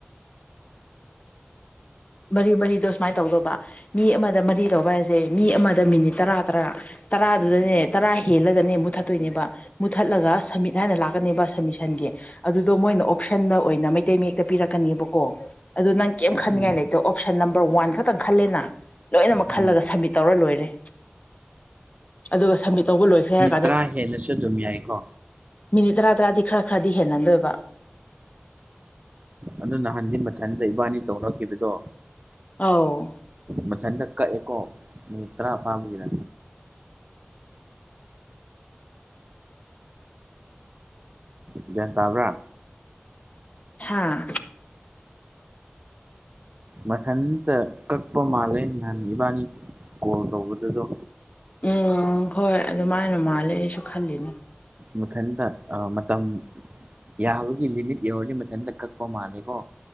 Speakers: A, on the left; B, on the right.
A: ꯃꯔꯤ ꯃꯔꯤꯗꯣ ꯁꯨꯃꯥꯏꯅ ꯇꯧꯗꯧꯕ ꯃꯤ ꯑꯃꯗ ꯃꯔꯤ ꯇꯧꯕ ꯍꯥꯏꯁꯦ ꯃꯤ ꯑꯃꯗ ꯃꯤꯅꯤꯠ ꯇꯔꯥ ꯇꯔꯥ ꯇꯔꯥꯗꯨꯗꯅꯦ ꯇꯔꯥ ꯍꯦꯜꯂꯒꯅꯦ ꯃꯨꯠꯊꯠꯇꯣꯏꯅꯦꯕ ꯃꯨꯠꯊꯠꯂꯒ ꯁꯝꯃꯤꯠ ꯍꯥꯏꯅ ꯂꯥꯛꯀꯅꯦꯕ ꯁꯝꯃꯤꯁꯟꯒꯤ ꯑꯗꯨꯗꯣ ꯃꯣꯏꯅ ꯑꯣꯞꯁꯟꯗ ꯑꯣꯏꯅ ꯃꯩꯇꯩ ꯃꯌꯦꯛꯇ ꯄꯤꯔꯛꯀꯅꯦꯕꯀꯣ ꯑꯗꯨꯣ ꯅꯪ ꯀꯩꯝ
B: ꯎꯝ
A: ꯈꯟꯅꯤꯡꯉꯥꯏ ꯂꯩꯇꯦ ꯑꯗꯣ ꯑꯣꯞꯁꯟ ꯅꯝꯕꯔ ꯋꯥꯟ ꯈꯛꯇꯪ ꯈꯜꯂꯦꯅ ꯂꯣꯏꯅꯃꯛ
B: ꯎꯝ
A: ꯈꯜꯂꯒ ꯁꯝꯃꯤꯠ ꯇꯧꯔ ꯂꯣꯏꯔꯦ ꯑꯗꯨꯒ ꯁꯝꯃꯤꯠ ꯇꯧꯕ ꯂꯣꯏꯈ꯭ꯔꯦ ꯍꯥꯏ
B: ꯇ꯭ꯔꯥ ꯍꯦꯟꯂꯥꯁꯨ ꯑꯗꯨꯝ ꯌꯥꯏꯀꯣ
A: ꯃꯤꯅꯤꯠ ꯇꯔꯥ ꯇꯔꯥꯗꯤ ꯈꯔ ꯈꯔꯗꯤ ꯍꯦꯟꯍꯟꯗꯣꯏꯕ
B: ꯑꯗꯨ ꯅꯍꯥꯟꯗꯤ ꯃꯊꯟꯗ ꯏꯕꯥꯅꯤ ꯇꯧꯔꯛꯈꯤꯕꯗꯣ
A: ꯑꯧ
B: ꯃꯊꯪ ꯍꯟꯗꯛ ꯀꯛꯑꯦꯀꯣ ꯃꯤꯅꯤꯠ ꯇꯔꯥ ꯐꯥꯕꯒꯤꯗ ꯚꯤꯌꯥꯟ ꯇꯕ꯭ꯔꯥ
A: ꯍꯥꯥ
B: ꯃꯊꯟꯇ ꯀꯛꯄꯥ ꯃꯥꯜꯂꯦ ꯅꯥꯍꯟ ꯏꯕꯥꯅꯤ ꯀꯣꯜ ꯇꯧꯕꯗꯨꯗꯣ
A: ꯎꯝ ꯍꯣꯏ ꯑꯗꯨꯃꯥꯏꯅ ꯃꯥꯜꯂꯦ ꯑꯩꯁꯨ ꯈꯜꯂꯤꯅꯦ
B: ꯃꯊꯟꯗꯥ ꯑ ꯃꯇꯝ ꯌꯥꯕꯒꯤ ꯂꯤꯃꯤꯠ ꯌꯧꯔꯗꯤ ꯃꯊꯟꯇ ꯀꯛꯄ ꯃꯥꯜꯂꯦꯀꯣ꯫